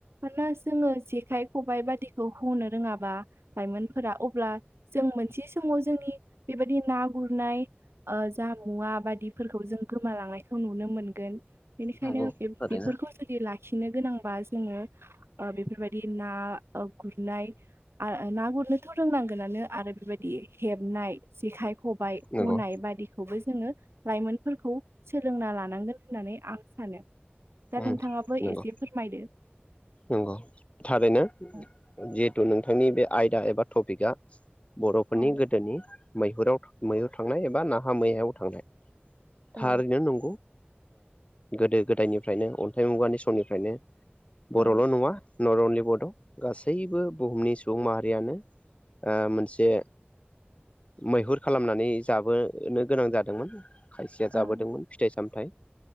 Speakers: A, on the right (about 85°); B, on the left (about 30°).
A: मानोना जोङो जेखाय खबाइ बादिखौ हनो रोङाबा लाइमोनफोरा अब्लाओ जों मोनसे समाव जोंनि बेबायदि ना गुरनाय ओ जा मुवा बायदिफोरखौ जों गोमालांनायखौ नुनो मोनगोन। बेनिखायनो
B: नंगौ थारैनो
A: बेफोरखौ जुदि लाखिनो गोनांबा जोङो। आ बेफोरबायदि ना गुरनाय। ना गुरनोथ' रोंनांगोनानो आरो बेबायदि हेबनाय जेखाय ख बाइ
B: नंगौ
A: हनाय बादिखौबो जोङो लाइ मोनफोरखौ सोलोंना लानांगोन होननानै आं सानो दा
B: उम
A: नोंथाङाबो
B: नंगौ
A: एसे फोरमायदो।
B: नंगौ थारैनो
A: औ
B: जिहेथु नोंथांनि बे आयदा एबा टपिका बर'फोरनि
A: औ
B: गोदोनि मैहुराव मैहुर थांनाय एबा नाहा मैहायाव थांनाय
A: औ
B: थारैनो नंगौ गोदो गोदायनिफ्रायनो अन्थाइ मुगानि समनिफ्रायनो बर'ल'
A: औ
B: नङा नट अनलि बड' गासैबो बुहुमनि सुबुं माहारियानो ओ मोनसे मैहुर खालामनानै जाबोनो गोनां जादोंमोन खायसेया
A: औ
B: जाबोदोंमोन फिथाइ सामथाइ